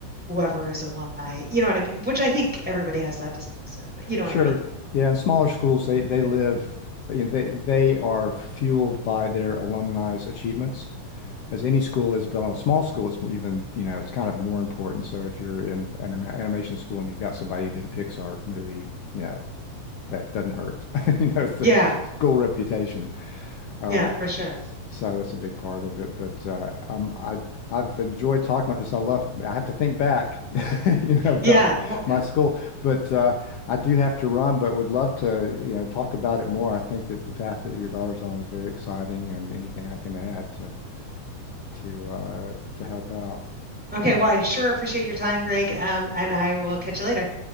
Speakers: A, in the centre; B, on the left (about 80°).
A: whoever is alumni. You know what I mean? Which I think everybody has that to some extent, but you know
B: sure.
A: what I mean?
B: Yeah, and smaller schools, they they live, you know, they they are fueled by their alumni's achievements, as any school is. But on a small school, it's more even, you know, it's kind of more important. So if you're in an anima- animation school and you've got somebody who did a Pixar movie, you know, that doesn't hurt, <laughs> you know, the
A: Yeah,
B: school reputation.
A: yeah,
B: Um,
A: for sure.
B: So that's a big part of it. But uh, um, I I've enjoyed talking about this. I love. I have to think back, <laughs> you know, about
A: Yeah. Well,
B: my school. But uh, I do have to run. But would love to, you know, talk about it more. I think that the path that your daughter's on is very exciting, and anything I can add to to uh, to help out,
A: Okay, well, I sure appreciate your time, Greg, um, and I will catch you later.